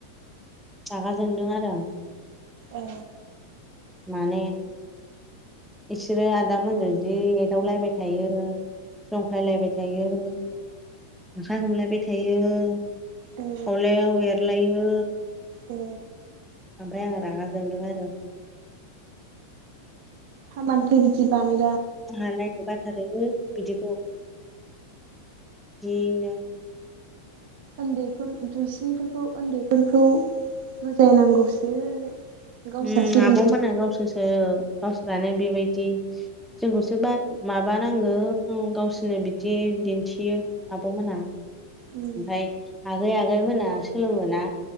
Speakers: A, in the centre; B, on the right (about 50°).
A: रागा जोंदों आरो आं
B: ए
A: माने बिसोरो आदा मोनजों जि एदावलायबाय थायो जंखायलायबाय थायो आखाय हमलायबाय थायो खावलायाव
B: ए
A: एरलायो
B: ए
A: ओमफ्राय आङो रागा जोंदों आरो
B: हामानोथो बिदि बानाय
A: आंहा नायनो बाथारोबो बिदिखौ <inaudible>
B: उन्दै दुइसिनफोरखौ उन्दैफोरखौ बुजायनांगौसो गावस्रासो
A: उम आब'मोना
B: बिदि
A: गावसोरसो गावसोरानो बेबायदि जोंखौसो बा माबानांगौ गावसोरनो बिदि दिन्थियो आब'मोना ओमफ्राय
B: उम
A: आगै आगै मोना सोलोङोना